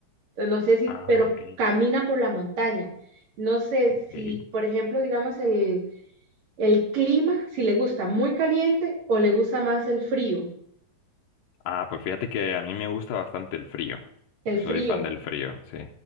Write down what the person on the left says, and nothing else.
Ah,
ok,
ok.
Ah, pues fíjate que a mí me gusta bastante el frío.
Yo soy
fan del frío, sí.